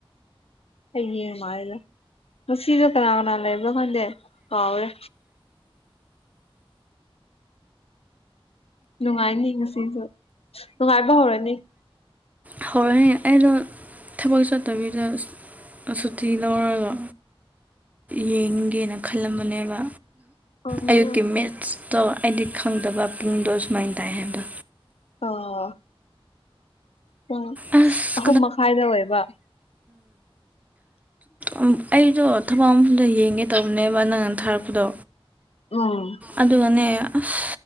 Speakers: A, on the left; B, on the right.
A: ꯑꯩ ꯃꯥꯔꯗ ꯉꯁꯤꯁꯨ ꯀꯅꯥ ꯀꯅꯥ ꯂꯩꯕ꯭ꯔꯣ ꯈꯪꯗꯦ ꯀꯥꯎꯔꯦ ꯅꯨꯡꯉꯥꯏꯅꯤ ꯉꯁꯤꯁꯨ ꯅꯨꯡꯉꯥꯏꯕ ꯍꯧꯔꯅꯤ
B: ꯍ ꯑꯩꯅꯣ ꯊꯕꯛ ꯆꯠꯇꯕꯤꯗ ꯁꯨꯇꯤ ꯂꯧꯔꯒ ꯌꯦꯡꯒꯦꯅ ꯈꯜꯂꯝꯕꯅꯦꯕ
A: ꯄꯨꯡ
B: ꯑꯌꯨꯛꯀꯤ ꯃꯦꯠꯁ ꯇꯣ ꯑꯩꯗꯤ ꯈꯪꯗꯕ ꯄꯨꯡꯗꯣ ꯁꯨꯃꯥꯏꯅ ꯇꯥꯏ ꯍꯥꯏꯕꯗꯣ
A: ꯑꯥ ꯎ
B: ꯑꯁ
A: ꯑꯍꯨꯝ ꯃꯈꯥꯏꯗ ꯑꯣꯏꯕ
B: ꯨꯝ ꯑꯩꯗꯣ ꯊꯕꯛ ꯑꯃꯗ ꯌꯦꯡꯉꯦ ꯇꯧ ꯍꯝꯅꯦꯕ ꯅꯅꯥꯅ ꯊꯥꯔꯄꯗꯣ
A: ꯎꯝ
B: ꯑꯗꯨꯒꯅꯦ ꯑꯁ